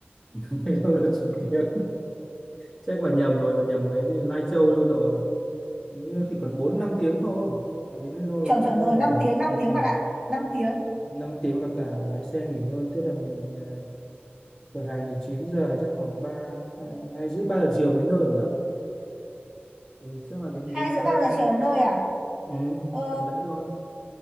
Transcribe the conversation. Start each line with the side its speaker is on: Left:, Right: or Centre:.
Left: <laughs> Thấy đâu là chục tiếng <laughs> chắc bà nhầm rồi bà nhầm mấy cái Lai Châu đâu rồi hình như nó chỉ còn 4 5 tiếng thôi là đến nơi rồi
Right: chuẩn
Left: đến
Right: chuẩn
Left: nơi
Right: rồi
Left: rồi
Right: 5 tiếng năm
Left: ừ, ừ.
Right: tiếng bạn ạ năm tiếng
Left: 5 tiếng là cả lái xe nghỉ ngơi tức là mình à, Khởi hành thì chín giờ chắc khoảng ba hai hay rưỡi 3 giờ chiều đến nơi nhỉ? Ừ, chắc là đến
Right: hai
Left: đến
Right: rưỡi
Left: nơi
Right: ba giờ chiều đến nơi à
Left: ừ,
Right: ờ
Left: tầm đấy thôi.